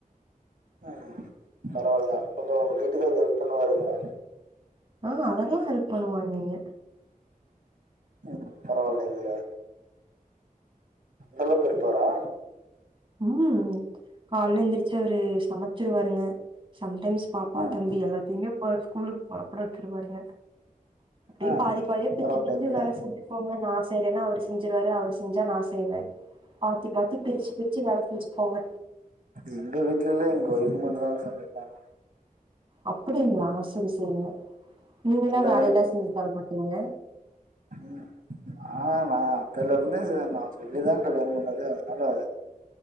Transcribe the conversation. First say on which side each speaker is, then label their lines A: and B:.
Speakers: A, on the right; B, on the right.
A: ம் பரவால்லங்க கொஞ்சொ உங்க வீட்டுக்காரு ஹெல்ப் பண்ணுவாருங்ளா
B: அ அதெல்லா ஹெல்ப் பண்ணுவாங்கங்க
A: ம் பரவாயில்லைங்ளே அந்த அளவுக்கு இருப்பாரா
B: ம் கால்ல எந்திரிச்சு அவரு சமச்சிரு வாருங்க சம் டைம்ஸ் பாப்பா
A: ம்
B: தம்பி எல்லாத்தைமே ஸ்கூலுக்கு பொறப்பட வச்சிருவாருங்க அப்டியே
A: ஆ
B: பாதி பாதியா பிச்சு
A: பரவாயில்லைங்களா
B: பிச்சு வேல செஞ்சு ஃபோங்க நா செய்றேன்னா அவரு செஞ்சிருவாரு அவரு செஞ்சா நா செய்வ பாத்து பாத்து பிரிச்சு பிரிச்சு வேல செஞ்சுபோங்க
A: எங்க வீட்லல்லா எங்க ஒய்ஃப் மட்டு தாங்க சமைப்பாங்க
B: அப்டிங்ளா சரி செய்ங்க நீங்களா
A: எல்லா
B: வேலல்லா செஞ்சு தரமாட்டீங்க
A: ம் ஆ நா அப்பைலருந்தே நா சொல்லிதா கல்யாணம் பண்ணது அதனால